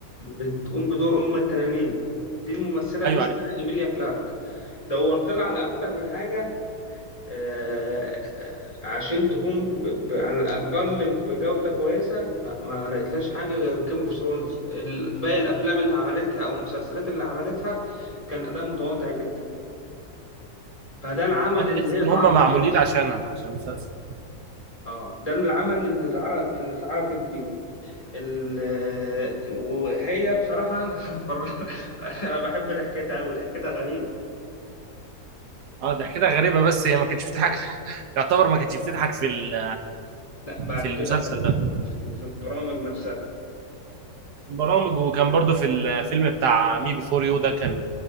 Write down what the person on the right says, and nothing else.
ايوه
عارف
هو تحس
ان
هم معمولين
عشانها عشان المسلسل
اه ده كده غريبة بس هي ما كانتش بتضحك <laughs> يعتبر ما كانتش بتضحك في ال-
في المسلسل
ده
في البرامج وكان برضو في الفيلم بتاع مي بيفور يو ده كان